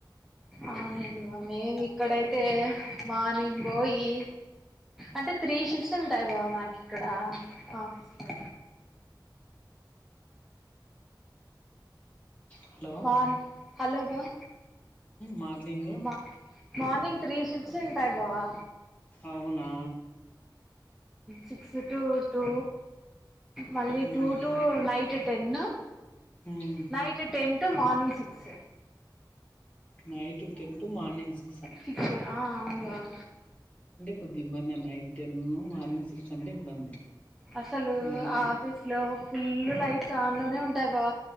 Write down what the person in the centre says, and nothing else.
అవునండి బాబ మేము ఇక్కడైతే మార్నింగ్ పోయి అంటే త్రీ షిఫ్ట్స్ ఉంటాయి బాబా మాకు ఇక్కడ ఆఫీస్లో.
మార్ని హలో బా
బా మార్నింగ్ త్రీ షిఫ్ట్స్ ఉంటాయి బావా
సిక్స్ టు టూ మళ్ళీ
టూ టు నైట్ టెన్
night ten to morning six.
ఫక్స్ ఆ అవును బావ
అసలు
ఆఫీస్ లో ఫుల్ లైట్ ఆన్లోనే ఉంటాయి బాబ